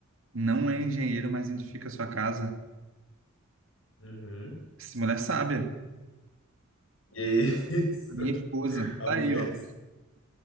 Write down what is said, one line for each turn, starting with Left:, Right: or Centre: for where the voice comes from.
Right: não é engenheiro, mas edifica a sua casa.
Left: Uhum.
Right: Essa mulher é sábia,
Left: E é isso,
Right: a minha esposa,
Left: a
Right: tá
Left: mulher
Right: aí, ó.